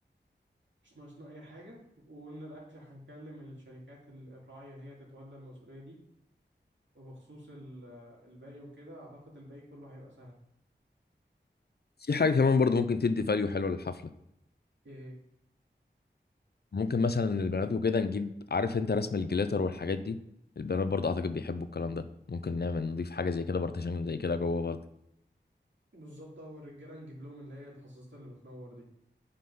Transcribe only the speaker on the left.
في حاجة كمان برضو ممكن تدي فاليو حلوة للحفلة
ممكن مثلا البنات وكده نجيب عارف انت رسم الجليتر والحاجات دي البنات برضو اعتقد بيحبوا الكلام ده ممكن نعمل نضيف حاجة زي كده بارتيشن زي كده جوه برضو